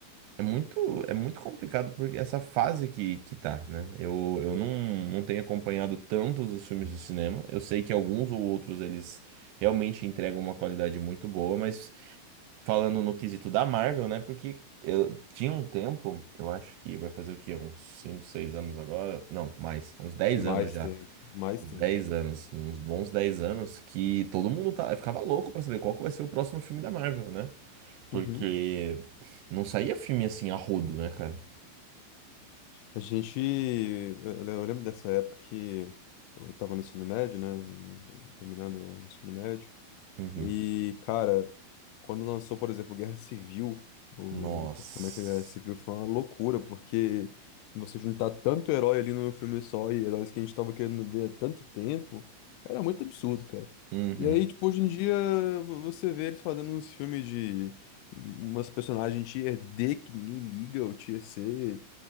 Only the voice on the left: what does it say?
Mais
tempo, mais
tempo.
Uhum.
A gente. Eu, eu lembro dessa época que eu estava no ensino médio, né? Terminando o ensino médio.
E, cara, quando lançou, por exemplo, Guerra Civil, o,
também que a Guerra Civil foi uma loucura, porque você juntar tanto herói ali num filme só e heróis que a gente tava querendo ver há tanto tempo, era muito absurdo, cara.
E aí, tipo, hoje em dia, vo- você vê eles fazendo uns filmes de umas personagens tier D que ninguém liga, ou tier C,